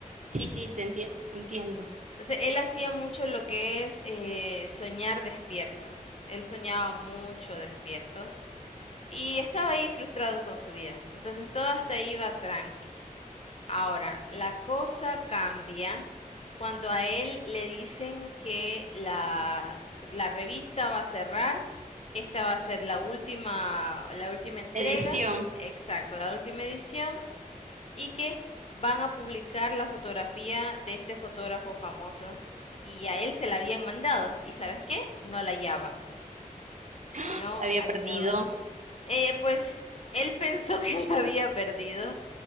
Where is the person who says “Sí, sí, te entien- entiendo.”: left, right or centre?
Right